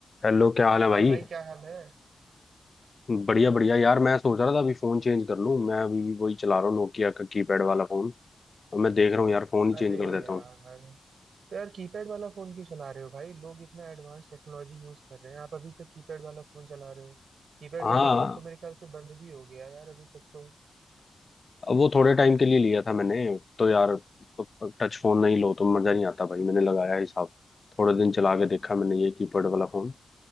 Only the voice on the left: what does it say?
Hello क्या हाल है भाई
बढ़िया बढ़िया यार मैं सोच रहा था अभी फोन चेंज कर लूं मैं अभी भी वही चला रहा हूँ नोकिया का कीपैड वाला फोन अब मैं देख रहा हूँ यार फोन ही
चेंज कर देता
हूँ
हाँ
अब वो थोड़े टाइम के लिए लिया था मैंने तो यार तो टच फोन नहीं लो तो मजा नहीं आता भाई मैंने लगाया ही साहब थोड़े दिन चला के देखा मैंने ये कीपैड वाला फोन